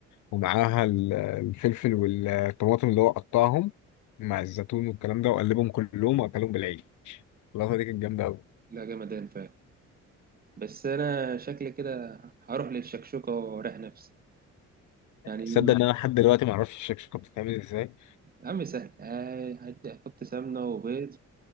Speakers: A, on the left (about 75°); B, on the right (about 30°).
A: ومعاها ال- الفلفل والطماطم اللي هو قطعهم مع الزيتون والكلام ده وقلبهم كلهم وأكلهم بالعيش اللقطة دي كانت جامدة أوي
B: لا جمدان فعلا بس انا شكلي كده هروح للشكشوكه واريح نفسي يعني
A: تصدق إن أنا لحد دلوقتي معرفش الشكشوكة بتتعمل إزاي
B: يا عم سهل آه، هدي أحط سمنة وبيض